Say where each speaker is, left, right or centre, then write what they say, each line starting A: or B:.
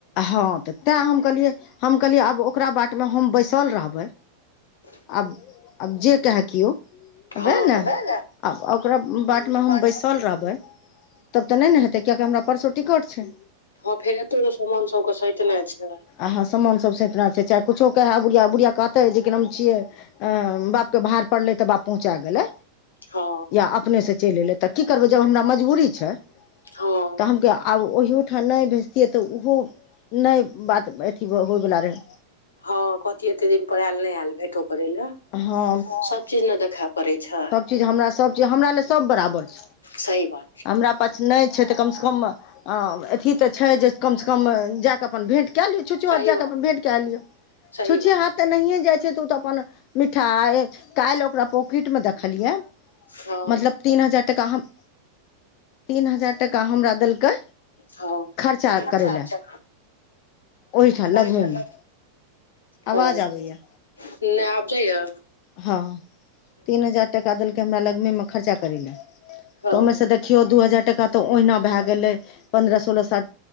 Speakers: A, on the left; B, on the left.
A: हाॅं तऽ तें हम कहलियै हम कहलिये आब ओकरा बाट मे हम बैसल रहबै।
B: ते
A: आब, आब जे कहै किओ
B: हँ
A: उएह ने।
B: वैह
A: आब ओकरा बाटमे हम
B: बात
A: बैसल रहबै तब तऽ नहि ने हेतै किएकि हमरा परसो टिकट छै।
B: हाॅं फेर एतो समान सबके सैतने छै।
A: हाँ समान सभ सतना छै, चाहे किछो कहैय बुढ़िया-बुढ़िआ कहतै जे कि नहि हम छियै। अ बाप के बाहर पड़लै तऽ बाप पहुँचा गेलै
B: हँ
A: या अपने से चलि एले। तऽ की करबै जब हमरा मजबूरी छै,
B: हँ
A: तऽ हम आब ओहिठाम नहि भेजतिये। तऽ ओहो नहि बात अथी होइ वला रहै।
B: हाॅं कहथिये एते दिन पर आयल नहि आयल भेटो करै ले। हाॅं
A: हँ
B: सब चीज ने देखा पड़ैय छै।
A: चीज हमरा सबचीज हमरा लए सब बराबर छै।
B: सही बात छै।
A: हमरा पास नहि छै, तऽ कमसे कम आ अथी तऽ छै, जे कम से कम जाके अपन भेंट कए लिओ। छुच्छो
B: सही
A: हाथ जाय
B: बात
A: कऽ अपन भेंट कए लियौ
B: सही
A: छुच्छे
B: बात
A: हाथ तऽ नहिए जाइ छै त ओ तऽ अपन मिठाइ काल्हि ओकरा पॉकिट में देखलियै।
B: हँ
A: मतलब तीन हजार टाका हम तीन हजार टाका हमरा देलकै
B: हँ
A: खर्चा
B: अच्छा
A: करै
B: अच्छा
A: लए। ओहिठ लगमीमे
B: ओहि छल हँ
A: आवाज आबैए
B: नहि आब जाइयए
A: हँ तीन हजार टाका देलकै हमरा लगमेमे खर्चा करै लए
B: हँ
A: तऽ ओहिमे से देखियौ दू हजार टाका तऽ ओहिना भए गेलै। पन्द्रह सोलह साठ